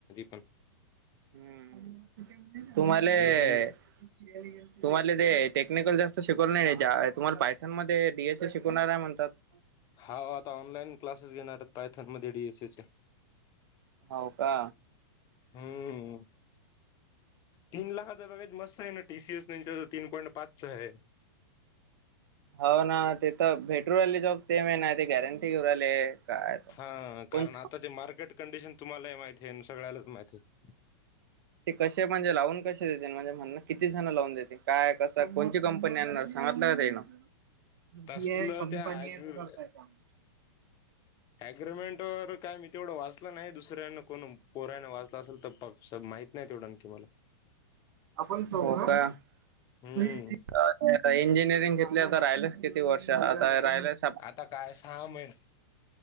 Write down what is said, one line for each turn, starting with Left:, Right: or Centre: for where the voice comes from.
Left: पण
Right: हम्म -तुम्हाले
Left: एकदम
Right: <inaudible> तुम्हाले ते टेक्निकल जास्त शिकवलं <unintelligible> नाही-जा तुमाला पायथान मध्ये डीएस ए शिकवणारय म्हणतात
Left: हाव आता ऑनलाईन क्लासेस घेणारयत पायथन मध्ये डीएसएच्या
Right: हाव का
Left: हम्म तीन लाखाच बगेज मस्त हाय ना टीसीएस न तीन पॉईंट पाच्चय
Right: हो ना ते तर भेटू राहिले जॉब ते म ना ते गॅरंटी घेऊ राहिले. काय आता.
Left: हा
Right: कोण
Left: कारण आता ज मार्केट कंडिशन तुम्हालाही माहिती आहे सगळ्यालाच माहिती आहे.
Right: ते कसे म्हणजे लावून कसे देेत म्हणजे म्हण किती जण लावून देेते काय कसं कोणची कंपनी आणणार सांगतलं का देईण. नदी
Left: तसलं
Right: आहे कमी
Left: त्या
Right: पानी आहे तर करता य त्या <inaudible>
Left: अग्रीमेंट वर काय मी तेवढं वाचलं नाही दुसऱ्यानं कोण पोऱ्यानं वाचला असेल तर पक् सर माहत नाही तेवढं तुम्हाला
Right: आपण सता
Left: हम्म
Right: तु इंजिनिअरिंग घेतली आता राहिलस किती वर्ष आता राहिलस.
Left: आता काय सहा महिन